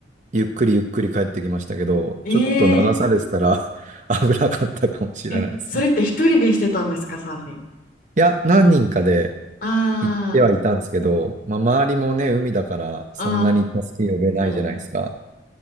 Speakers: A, on the right; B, on the left.
A: ゆっくりゆっくり帰ってきましたけど、
B: ええ
A: ちょっと流されてたら <laughs> 危なかったかもしれないですね。
B: え、それって一人でしてたんですか、サーフィン。
A: いや、何人かで
B: あー、
A: 行ってはいたんですけど、まあ、周りもね、海だからそんなに助け呼べないじゃないですか。
B: あー、